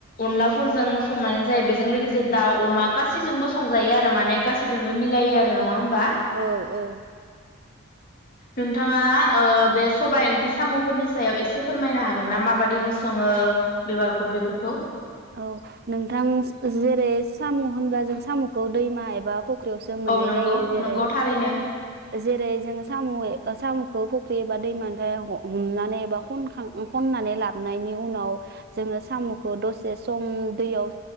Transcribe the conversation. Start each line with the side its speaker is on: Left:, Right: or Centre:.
Left: अनलाफोरजों संनानै जाय बेजों लोगोसे दाउ अमा गासैजोंबो संजायो आरो माने गासैजोंबो मिलायो आरो नङा होमबा?
Right: औ औ
Left: नोंथाङा ओ बे सबाय ओंथि सामुफोरनि सायाव एसे फोरमायना हागोन ना माबादिहै सङो बेबाफोर बेफोरखौ
Right: औ नोंथां जेरै सामु होनब्ला जों सामु खौ दैमा एबा फ ख्रिावसो मोननाय
Left: औ नंगौ
Right: जायो जेरै
Left: नंगौ थारैनो
Right: जेरै जोंङो सामु ए ओ सामुखौ फ फख्रि एबा दैमानफ्राय हमनानै एबानखां खननानै लाबनायनि उनाव जोङो साम खौ दसे सम दैयाव